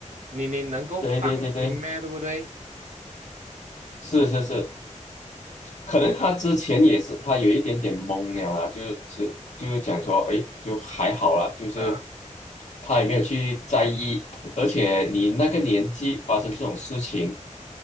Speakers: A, on the right (about 70°); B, on the left (about 65°).
A: 你你能够放心咩？
B: 对对对对，
A: 对不对？
B: 是是是，可能他之前也是，他有一点点懵了啦，就是就是讲说，哎，就还好啦，就是
A: 嗯，
B: 他也没有去在意，而且你那个年纪发生这种事情，